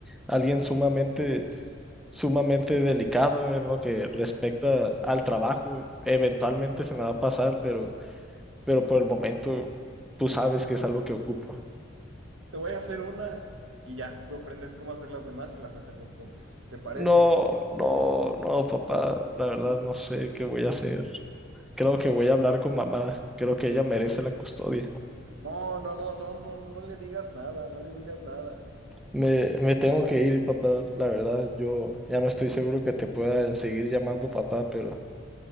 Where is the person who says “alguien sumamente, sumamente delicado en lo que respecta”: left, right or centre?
Centre